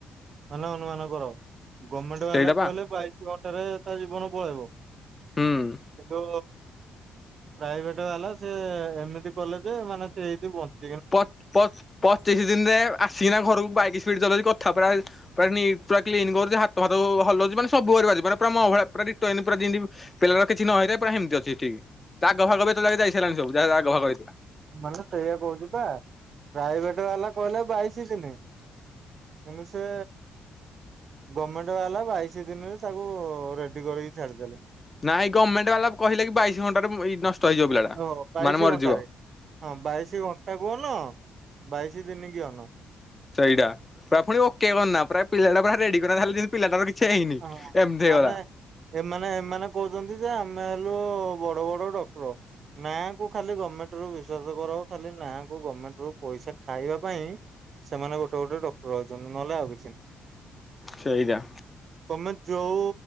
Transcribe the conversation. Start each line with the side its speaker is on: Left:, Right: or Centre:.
Right: ମାନେ ଅନୁମାନ କର ଗଭର୍ଣମେଣ୍ଟ ବାଲା
Left: ସେଇଟା ବା
Right: କହିଲେ ବାଇଶ ଘଣ୍ଟାରେ ତା ଜୀବନ ପଳେଇବ।
Left: ହୁଁ।
Right: କିନ୍ତୁ ପ୍ରାଇଭେଟ ବାଲା ସେ ଏମିତି କଲେ ଯେ ମାନେ ସେ ଏଇଠି ବଞ୍ଚ
Left: ପଚ୍ ପଚ୍ ପଚିଶ ଦିନରେ ଆସିକିନା ଘରକୁ ବାଇକ ସ୍ପିଡ ଚଲାଉଛି କଥା ପୁରା ପୁରା ପା କ୍ନ କରୁଛି ହାତ ହାତ ହଲିବାନ ସବୁିବ ପ ମ ଭଳି ପୁର ପୁରାି ପିଲା କିଛି ନ ହେଇଥା ପୁର ସେମିତି ଅଛି ଠିକ୍ ଦାଗ ଫାଗ ବି ତ ଯାଇସିଲାଣି ସବୁ ଯହା ଦାଗ ଫାଗ ହେଇଥିଲା
Right: ମାନେ ସେଇଆା କହୁଛି ବା ପ୍ରାଇଭେଟ ବାଲା କହିଲେ ବାଇଶି ଦିନ କିନ୍ତୁ ସେ ଗଭର୍ଣମେଣ୍ଟ ବାଲା ବାଇଶ ଦିନରେ ତାକୁ ରେଡି କରିକି ଛାଡିଦେଲେ
Left: ନା ଏଇ ଗଭର୍ଣ୍ଣମେଣ୍ଟ ବାଲା କହିଲେ କି ବାଇଶ ଘଣ୍ଟାରେ ନଷ୍ଟ ହେଇଯିବ ପିଲାଟା
Right: ଓ ବାଇଶି
Left: ମାନେ ମରିଯିବ
Right: ଘଣ୍ଟାରେ ହଁ ବାଇଶି ଘଣ୍ଟା କୁହନ ବାଇଶି ଦିନ କି ଅନ
Left: ସେଇଟା ପ୍ରାୟ ପୁଣି ଓକେ ବନା ପ୍ରାୟ ପିଲାଟା ପୁରାରେଡି କରିଲେ ପିଲାଟାର କିଛି ହେଇନି
Right: ହଁ
Left: ଏମିତି ହେଇଗଲା।
Right: ମାନେ ଏମାନେ ଏମାନେ କହୁଛନ୍ତି ଯେ ଆମେ ହେଲୁ ବଡ ବଡ ଡକ୍ଟର ନା କୁ ଖାଲି ଗଭର୍ଣମେଣ୍ଟ ରୁ ବିଶ୍ଵାସ କର ଖାଲି ନା କୁ ଗଭର୍ଣମେଣ୍ଟ ରୁ ପଇସା ଖାଇବା ପାଇଁ ସେମାନେ ଗୋଟେ ଗୋଟେ ଡକ୍ଟର ଅଛନ୍ତି ନହେଲେ ଆଉ କିଛି
Left: ସେଇଟା
Right: ତମେ ଯୋଉ